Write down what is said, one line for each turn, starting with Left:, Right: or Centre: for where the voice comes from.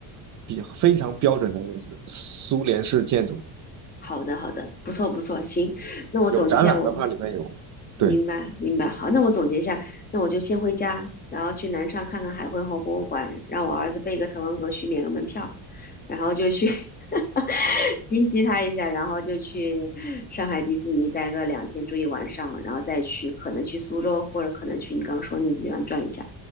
Right: 比非常标准的苏联式建筑，
Left: 好的，好的，不错，不错，行，那我总结一下，
Right: 有展览的话里面有，
Left: 我明白，
Right: 对。
Left: 明白，好，那我总结一下，那我就先回家，然后去南昌看看海昏侯博物馆，让我儿子背个滕王阁序，免个门票，然后就去 <laughs> 激激他一下，然后就去上海迪士尼待个两天，住一晚上，然后再去可能去苏州，或者可能去你刚刚说的那几个地方转一下，